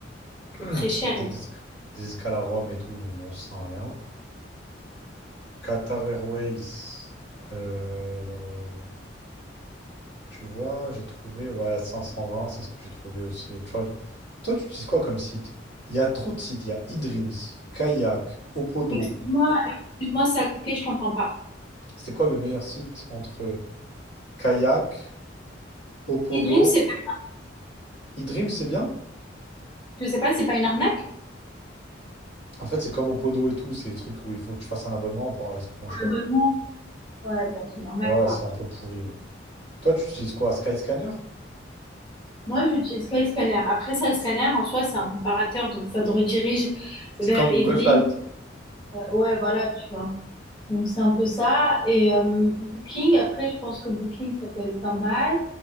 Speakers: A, on the left (about 75°); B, on the left (about 25°).
A: <clears throat>
B: C'est Très
A: C'était
B: cher.
A: des, disques- des escales à Rome et tout, donc bon, ça sert à rien. Qatar Airways, euh, tu vois, j'ai trouvé, ouais, 520, c'est ce que j'ai trouvé aussi. Tu vois, je- toi, tu utilises quoi comme site? Il y a trop de sites, il y a eDreams, Kayak, Opodo.
B: Excuse-moi, excuse-moi, ça a coupé, je t'entends pas.
A: C'est quoi le meilleur site entre Kayak, Opodo,
B: Et Dream, c'est pas,
A: eDreams, c'est bien?
B: je sais pas, c'est pas une arnaque?
A: En fait, c'est comme au Podo et tout, c'est des trucs où il faut que tu fasses un abonnement pour avoir des trucs moins
B: Un
A: chers.
B: abonnement. Ouais, bon, c'est normal,
A: Mais ouais,
B: quoi.
A: c'est un peu pourri. ouais. Toi, tu utilises quoi? Skyscanner?
B: Moi, j'utilise Skyscanner. Après ça, le scanner, en soi, c'est un comparateur, donc ça te redirige vers
A: C'est comme
B: eDream.
A: Google Flight.
B: Euh, ouais, voilà, tu vois. Donc c'est un peu ça. Et euh, Booking, après, je pense que Booking, ça peut être pas mal.